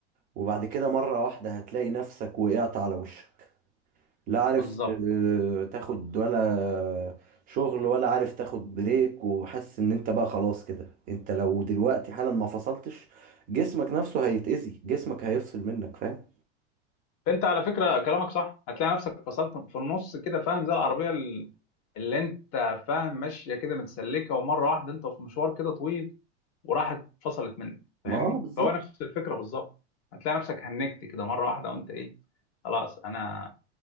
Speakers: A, on the right; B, on the left.
A: وبعد كده مرة واحدة هتلاقي نفسك وقعت على وشك لا عارف
B: بالظبط
A: ت- تاخد ولا شغل ولا عارف تاخد بريك وحاسس ان انت بقى خلاص كده انت لو دلوقتي حالا ما فصلتش جسمك نفسه هيتأذي جسمك هيفصل منك فاهم
B: انت على فكره كلامك صح هتلاقي نفسك فصلت في النص كده فاهم زي العربيه ال- اللي انت فاهم ماشيه كده متسلكه ومره واحده انت في مشوار كده طويل وراحت فصلت منك فاهمني
A: ما اه بالظبط
B: فهو نفس الفكره بالظبط هتلاقي نفسك هنكت كده مره واحده وانت ايه خلاص انا